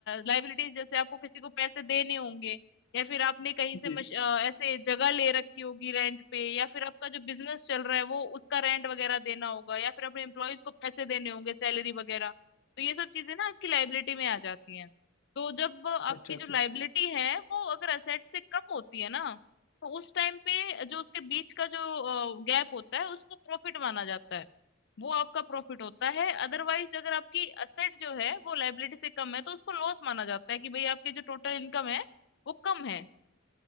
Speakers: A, on the left; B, on the left.
A: लाइबिलिटीज जैसे आपको किसी को पैसे देने होंगे या फिर आपने कहीं से
B: जी
A: मश, अ, ऐसे जगह ले रखी होगी रेंट पे या फिर आपका जो बिजनेस चल रहा है वो उसका रेंट वगैरह देना होगा या फिर अपने एम्प्लॉयज को पैसे देने होंगे सैलरी वगैरह तो ये सब चीजें ना आपकी लाइबिलिटी में आ जाती हैं तो जब आपकी
B: अच्छा अच्छा
A: जो लाइबिलिटी है वो अगर असेट से कम होती है ना तो उस टाइम पे जो उसके बीच का जो गैप होता है उसको प्रॉफिट माना जाता है वो आपका प्रॉफिट होता है अदरवाइज अगर आपकी असेट जो है वो लाइबिलिटी से कम है तो उसको लॉस माना जाता है कि भाई आपके जो टोटल इनकम है वो कम है